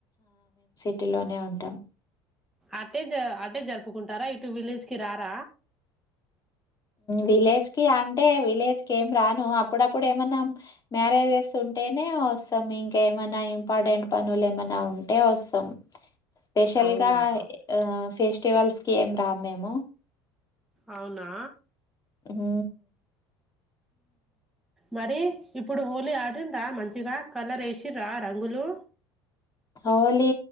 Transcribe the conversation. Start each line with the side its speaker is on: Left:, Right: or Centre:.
Left: ఇటిలోనే ఉంటాం
Centre: అటే జ అంటే జరుపుకుంటారా ఇటు విలేజ్ కి రారా
Left: విలేజ్ కి అంటే విలేజ్ కి ఏం రాను అప్పుడప్పుడు ఏమన్నాం మ్యారేజెస్ ఉంటేనే వస్తాం ఇంకేమనా ఇంపార్టెంట్ పనులు ఏమైనా ఉంటే వస్తాం స్పెషల్
Centre: అవునా
Left: గా ఆ ఫెస్ట్ ఫెస్టివల్స్కి ఏం రా మేము
Centre: అవునా
Left: మ్
Centre: మరి ఇప్పుడు హోలీ ఆడింద్రా మంచిగా కలర్ వేసిరా రంగులు
Left: హోలీ